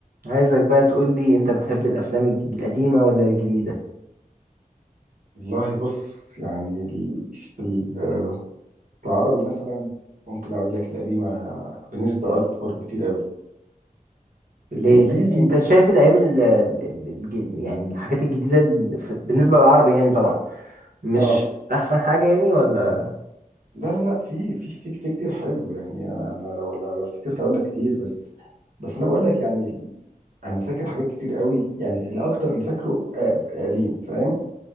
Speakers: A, on the right; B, on the right.
A: عايزك بقى تقول لي انت بتحب الافلام الج- القديمه ولا الجديده
B: والله بص يعني ال- في ال- آه، في العربي مثلا ممكن اقول لك القديمه بنسبه اكبر بكتير قوي في الانجليزي
A: ليه انت انت بص شايف الايام ال... ال- الج- يعني الحاجات الجديده ال... في- بالنسبه للعربي يعني طبعا مش
B: اه
A: مش احسن حاجه يعني ولا
B: لا لا لا في في في في كتير حلو يعني انا لو لو, لو افتكرت اقول لك كتير بس بس انا بقول لك يعني ال- انا فاكر حاجات كتير قوي يعني الاكتر اللي فاكره أق- قديم فاهم